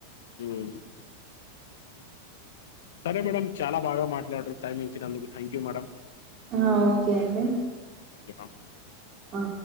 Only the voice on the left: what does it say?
ఉమ్. సరే మేడం చాలా బాగా మాట్లాడరు టైం ఇచ్చినదుకు థ్యాంక్ యూ మేడం
ఓకే మేడం